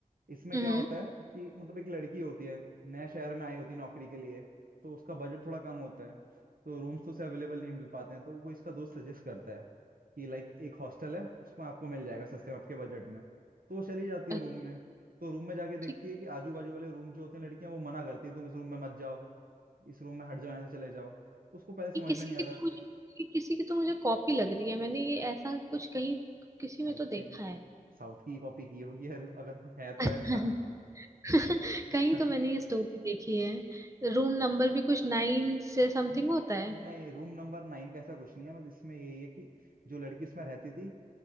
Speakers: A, on the right (about 75°); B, on the right (about 20°).
A: इसमें
B: हम्म
A: क्या होता है कि मतलब एक लड़की होती है नए शहर में आई होती है नौकरी के लिए तो उसका बजट थोड़ा कम होता है तो रूम्स तो उसे अवेलेबल नहीं मिल पाते हैं तो कोई इसका दोस्त सजेस्ट करता है कि लाइक एक हॉस्टल है उसमें आपको मिल जाएगा सस्ते में आपके बजट में तो वो चली जाती
B: अ,
A: है रूम में तो रूम में जाके देखती
B: ठीक
A: है कि आजू बाजू वाले रूम जो होते हैं लड़कियां वो मना करती है तुम इस रूम में मत जाओ इस रूम में हट जाओ यहाँ से चले जाओ तो उसको पहले समझ
B: ये किसी
A: में नहीं
B: की
A: आता
B: तो
A: है,
B: मुझे ये किसी की तो मुझे कॉपी लग रही है मैंने ये ऐसा कुछ कहीं किसी में
A: आई
B: तो
A: थिंक
B: देखा
A: साउथ की कॉपी की होगी अगर अगर है तो
B: है <laughs>
A: ऐसा
B: <laughs> कहीं
A: <laughs>
B: तो मैंने ये स्टोरी देखी है रूम नंबर भी कुछ नाइन से समथिंग
A: हम्म,
B: होता है
A: नहीं रूम नंबर नाइन का ऐसा कुछ नहीं है बस इसमें यही है कि जो लड़की उसमें रहती थी